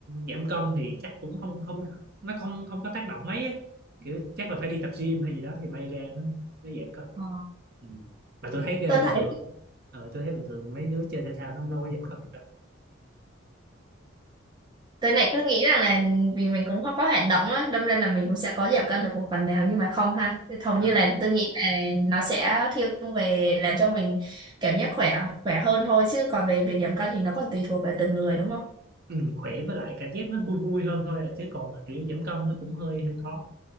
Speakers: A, on the right (about 50°); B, on the right (about 20°).
A: giảm cân thì chắc cũng không không nó không không có tác động mấy á. kiểu chắc là phải đi tập gym hay gì đó thì may ra nó nó giảm cân
B: Ờ.
A: ừ. mà tôi thấy ờ,
B: Tôi
A: bình
B: thấy.
A: thường ờ, tôi thấy bình thường mấy đứa chơi thể thao nó không đâu có giảm cân được đâu
B: Tôi lại cứ nghĩ rằng là ừ, vì mình cũng không có hoạt động á, đâm ra là mình cũng sẽ có giảm cân được một phần nào nhưng mà không ha. Hầu
A: Ờ,
B: như là tôi nghĩ là nó sẽ thiên về làm cho mình cảm giác khỏe khỏe hơn thôi chứ còn về việc giảm cân thì nó còn tùy thuộc vào từng người đúng không?
A: ừ, khỏe với lại cảm giác nó vui vui hơn thôi à chứ còn mà kiểu giảm cân nó cũng hơi hơi khó